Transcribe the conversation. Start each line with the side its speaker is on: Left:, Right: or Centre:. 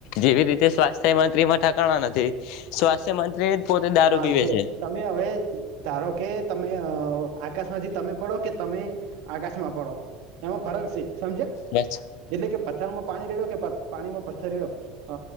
Left: જેવી રીતે સ્વાસ્થ્ય મંત્રી ટેકાણા નથી સ્વાસ્થ્ય મંત્રી જ પોતે દારૂ
Right: હા
Left: પીવે
Right: જુ
Left: છે
Right: તમે હવે ધારો કે તમે આકાશ માંથી તમે પડો કે તમે આકાશમાં પડો એમાં ફરક છે સમજ્યા
Left: બસ
Right: એટલે કે પથ્થરમાં પાણી રેડો કે પાણી માં પથ્થરેડો હ